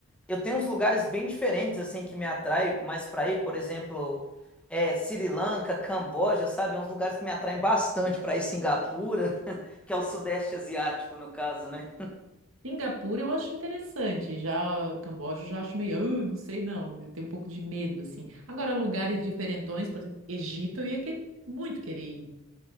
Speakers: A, in the centre; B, on the right.
A: eu tenho uns lugares bem diferentes, assim, que me atrai mais para ir, por exemplo, é, Sri Lanka, Camboja, sabe? É uns lugares que me atraem bastante para ir Singapura, <laughs> que é o Sudeste Asiático, no caso, né?
B: Singapura eu acho interessante, já Camboja eu já acho meio, "Ah, não sei não, eu tenho um pouco de medo, assim. Agora, lugares diferentões, por exemplo, Egito, eu ia que- muito querer ir.